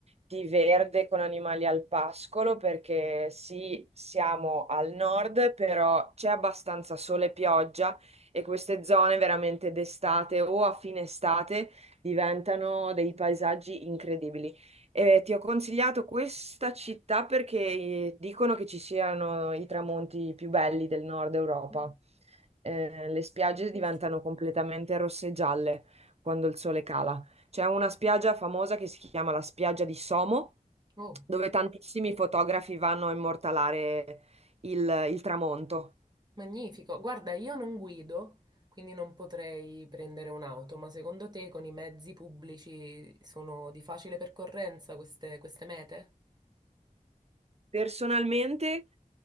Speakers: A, on the right; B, on the right.
A: di verde con animali al pascolo, perché sì, siamo al nord, però c'è abbastanza sole e pioggia e queste zone veramente d'estate o a fine estate diventano dei paesaggi incredibili. Eh, ti ho consigliato questa città perché eh, dicono che ci siano i tramonti più belli del nord Europa.
B: Mm.
A: Eh, le spiagge
B: Bellissimo.
A: diventano completamente rosse e gialle quando il sole cala. C'è una spiaggia famosa che si chiama la spiaggia di Somo,
B: Oh,
A: dove tantissimi fotografi vanno a immortalare il, il tramonto.
B: magnifico. Guarda, io non guido, quindi non potrei prendere un'auto, ma secondo te con i mezzi pubblici sono di facile percorrenza queste, queste mete?
A: Personalmente,